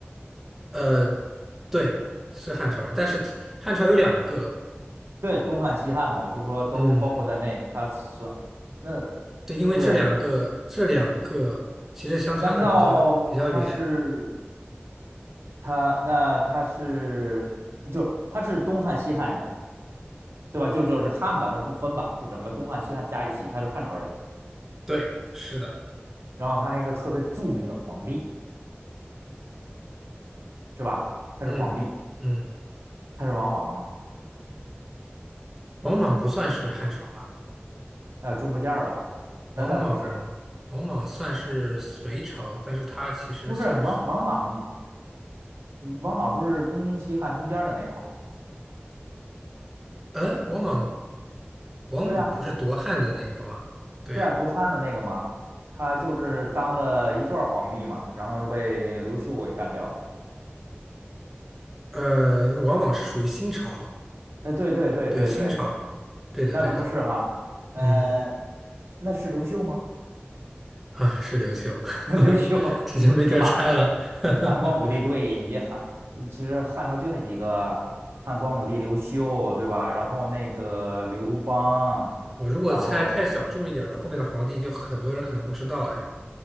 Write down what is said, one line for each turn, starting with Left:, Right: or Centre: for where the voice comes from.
Centre: 呃，对，是汉朝人，但是他汉朝有两个，
Right: 对，东汉、西汉嘛，我就说都包括在内，
Centre: 嗯，
Right: 他算那
Centre: 对，因为这两个这两个其实相差的比较比较远。
Right: 对，难道他是？他那他是就是他是东汉西汉人，对吧？就就是这汉吧，他不分吧，就整个东汉西汉加一起，他是汉朝人。
Centre: 对，是的，
Right: 然后他还有一个特别著名的皇帝，是吧？他是皇帝，
Centre: 嗯嗯，
Right: 他是王莽嘛？
Centre: 王莽不算是汉朝吧？
Right: 呃，中不间儿吧？那他不是，
Centre: 王莽，王莽算是隋朝，但是他其实算是，
Right: 不是王王莽，王莽不是东西汉中间儿的那个吗？
Centre: 呃，王莽，王莽不是夺汉的那个吗？
Right: 对呀、
Centre: 对呀，
Right: 对呀、夺汉的那个吗？他就是当了一段儿皇帝嘛，然后又被那个刘秀给干掉了。
Centre: 呃，王莽是属于新朝，
Right: 哎，对对对对对，
Centre: 对，新朝，对的，
Right: 那都不是哈，
Centre: 对的，
Right: 呃，
Centre: 嗯，
Right: 那是刘秀吗？
Centre: 啊，是刘秀，
Right: <laughs> 那刘秀，
Centre: <laughs> 这就没得猜了。
Right: 这叫嘛汉
Centre: <laughs>
Right: 汉光武帝，对，你这汉，呃其实汉朝就那几个，汉光武帝刘秀，对吧？然后那个刘邦，
Centre: 我如果猜太小众一点儿的，
Right: 然后
Centre: 后面的皇帝就很多人可能不知道，哎，